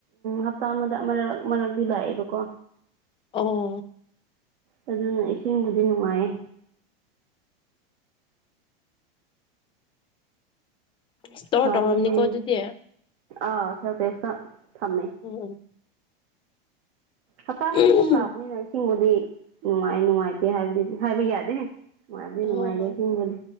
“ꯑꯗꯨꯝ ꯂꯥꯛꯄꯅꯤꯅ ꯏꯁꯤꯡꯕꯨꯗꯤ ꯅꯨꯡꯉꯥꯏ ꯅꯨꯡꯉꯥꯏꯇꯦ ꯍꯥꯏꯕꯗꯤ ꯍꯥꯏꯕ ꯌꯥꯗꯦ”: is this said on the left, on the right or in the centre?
Right